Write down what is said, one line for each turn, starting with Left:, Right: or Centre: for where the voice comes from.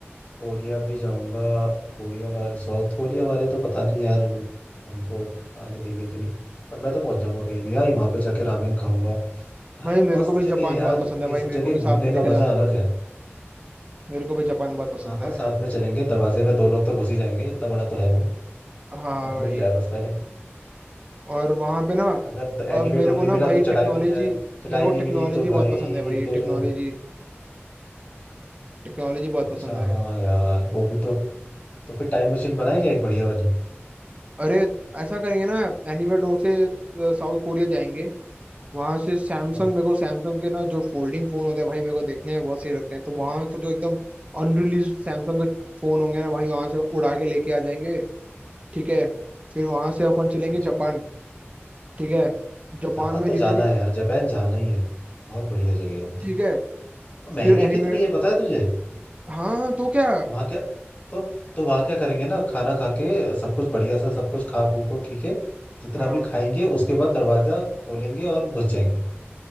Left: कोरिया भी जाऊंगा कोरिया वाले साउथ कोरिया वाले तो पता नहीं यार हमको आने देंगे कि नहीं बट मैं तो पहुंच जाऊंगा कहीं भी भाई वहां पे जाके रामेन खाऊंगा भाई
Right: भाई मेरे
Left: मस्त
Right: को भी
Left: जगह
Right: जापान
Left: है यार
Right: बहुत पसंद है
Left: ये
Right: भाई
Left: सब
Right: मेरे
Left: जगह
Right: को भी
Left: घूमने
Right: साथ में
Left: का
Right: लेके जाना
Left: मजा अलग
Right: भाई
Left: है
Right: मेरे को भी जापान बहुत पसंद
Left: हाँ हाँ
Right: है
Left: साथ में चलेंगे दरवाजे में दो लोग तो घुस ही जाएंगे इतना बड़ा तो है वो
Right: हाँ
Left: बट
Right: भाई
Left: मिल जाए बस पहले
Right: और वहाँ पे ना
Left: अगर एनीवे
Right: अब मेरे
Left: डोर
Right: को
Left: नहीं
Right: ना
Left: मिला
Right: भाई
Left: तो
Right: टेक्नोलॉजी
Left: चटाई मिल जाए चटाई
Right: मेरे को
Left: नहीं
Right: टेक्नोलॉजी
Left: मिली तो
Right: बहुत
Left: भाई
Right: पसंद है भाई
Left: फिर
Right: टेक्नोलॉजी टेक्नोलॉजी बहुत
Left: अच्छा
Right: पसंद है
Left: हाँ यार वो भी तो तो फिर टाइम मशीन बनाए क्या एक बढ़िया वाली
Right: अरे ऐसा करेंगे ना एनीवे डोर से साउथ कोरिया जाएंगे वहां से सैमसंग
Left: हाँ
Right: मेरे को सैमसंग के ना जो फोल्डिंग फोन होते हैं भाई मेरे को देखने हैं बहुत सही लगते हैं तो वहाँ का जो एकदम अनरिलीज सैमसंग के फोन होंगे ना भाई वहां से उड़ा के लेके आ जाएंगे ठीक है फिर वहां से अपन चलेंगे
Left: अच्छा
Right: जापान ठीक है जापान
Left: जापान
Right: में
Left: तो
Right: जितनी
Left: जाना है यार जापान जाना ही है बहुत बढ़िया जगह है वो तो
Right: ठीक है
Left: और महंगी
Right: फिर एनीवे
Left: कितनी है पता है तुझे
Right: हाँ तो क्या
Left: वहाँ क्या तो तो वहाँ क्या करेंगे ना खाना खा के सब कुछ बढ़िया सा सब कुछ खा पू को पी के जितना
Right: हाँ
Left: भी खाएंगे उसके बाद दरवाजा खोलेंगे और घुस जाएंगे